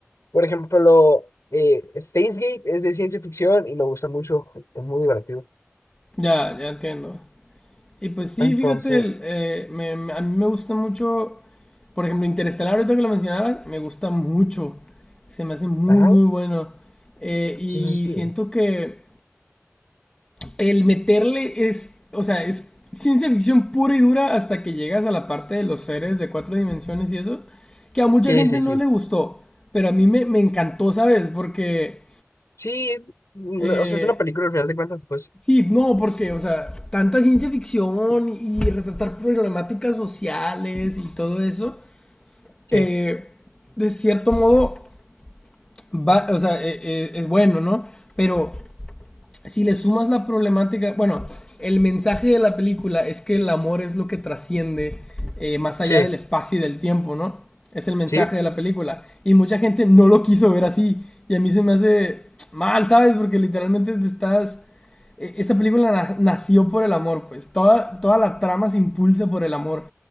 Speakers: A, on the left; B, on the left.
A: Por ejemplo, eh, Steins Gate es de ciencia ficción y me gusta mucho, es muy divertido.
B: Ya, ya entiendo. Y pues sí,
A: Entonces,
B: fíjate, el, eh, me- me- a mí me gusta mucho, por ejemplo, Interestelar, ahorita que lo mencionabas, me gusta mucho, se me hace muy,
A: ajá,
B: muy bueno. Eh, y
A: sí, sí, sí.
B: siento que el meterle es, o sea, es ciencia ficción pura y dura hasta que llegas a la parte de los seres de cuatro dimensiones y eso, que a mucha
A: Sí,
B: gente
A: sí,
B: no
A: sí.
B: le gustó, pero a mí me, me encantó, ¿sabes? Porque
A: Sí, mm,
B: eh,
A: o sea, es una película al final de cuentas, pues.
B: Sí, no, porque, o sea, tanta ciencia ficción y resaltar problemáticas sociales y todo eso,
A: ¿Qué?
B: eh, de cierto modo, va, o sea, eh, eh, es bueno, ¿no? Pero si le sumas la problemática, bueno, el mensaje de la película es que el amor es lo que trasciende eh, más allá
A: Sí,
B: del espacio y del tiempo, ¿no? Es el mensaje
A: sí,
B: de la película. Y mucha gente no lo quiso ver así. Y a mí se me hace mal, ¿sabes? Porque literalmente te estás... eh, Esta película na- nació por el amor, pues. Toda, toda la trama se impulsa por el amor.